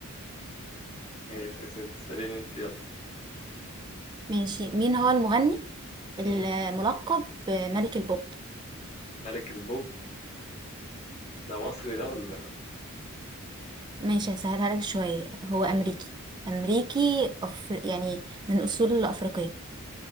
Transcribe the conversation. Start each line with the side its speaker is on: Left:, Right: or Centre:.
Left: ماشي يا ستي، تساليني انت يلا
Right: ماشي مين هو المغني الملقب
Left: مم.
Right: بملك البوب
Left: ملك البوب ده مصري ده ولا
Right: ماشي هسهلها لك شوية هو أمريكي
Left: مم.
Right: أمريكي أف... يعني من أصول أفريقية